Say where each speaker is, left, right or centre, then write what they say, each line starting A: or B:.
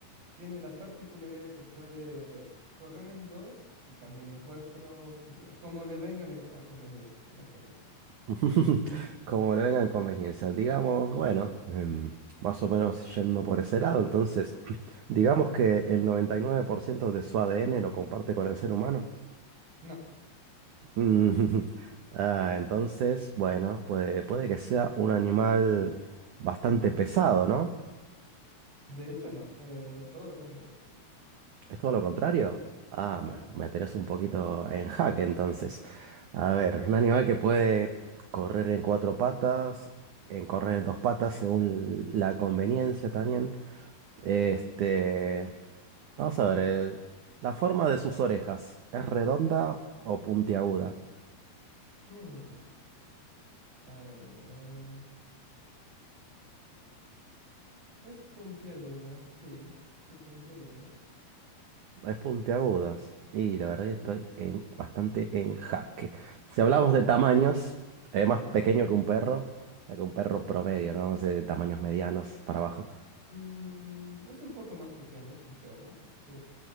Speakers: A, on the right; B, on the right.
A: tiene la particularidad de que puede correr en dos y también en cuatro, de- como le venga la co- a conveniencia, honestamente,
B: <laughs>
A: el animalito.
B: Como
A: Es,
B: le vengan conveniencias, digamos, bueno, em, más o menos yendo por ese lado, entonces, <clears throat> digamos que el 99% de su ADN lo comparte con el ser humano.
A: No,
B: Mm, <laughs> ah, entonces, bueno, puede, puede que sea un animal bastante pesado, ¿no?
A: de hecho no, eh, es todo lo contrario.
B: ¿Es todo lo contrario? Ah,
A: Ajá.
B: me me tenés un poquito en jaque entonces. A ver, un animal que puede correr en cuatro patas, en correr en dos patas según la conveniencia también. Este, vamos a ver, eh, la forma de sus orejas, ¿es redonda o puntiaguda?
A: Hmm, A ver, a ver, a ver. Es puntiaguda, sí, sí, puntiaguda.
B: Es puntiagudas. Y la verdad que estoy en, bastante en jaque. Si hablamos
A: <laughs>
B: de tamaños, es más
A: Ajá.
B: pequeño que un perro, o sea, que un perro promedio, ¿no? O sea, de tamaños medianos para abajo.
A: Mm, es un poco más pequeño que un perro, sí.